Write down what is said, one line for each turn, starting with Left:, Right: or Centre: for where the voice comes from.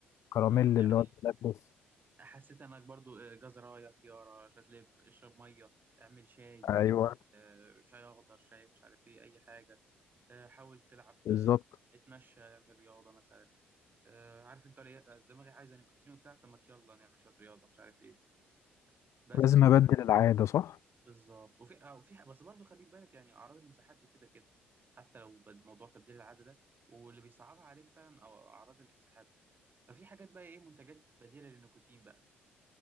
Left: كراميل
Right: امم يعني
Left: اللي هو تلبس
Right: حسيت انك برضو آه، جزرايه خياره شويه لب اشرب ميه اعمل شاي
Left: ايوه
Right: اعمل آه، شاي اخضر شاي مش عارف ايه اي حاجه آه، حاول تلعب
Left: بالظبط
Right: آه، اتمشى اعمل رياضه مثلا آه، عارف انت ليه- آه، دماغي عايزه نيكوتين وبتاع طب ما يلا نعمل شويه رياضه مش عارف ايه بس
Left: لازم
Right: ف...
Left: ابدل العادة صح
Right: بالظبط وفي اه وفي بس برضو خليك بالك يعني اعراض الانسحاب دي كده كده حتى لو بد- موضوع تبديل العاده ده واللي بيصعبها عليك فعلا أو اعراض الانسحاب دي ففي حاجات بقى ايه منتجات بديله للنيكوتين بقى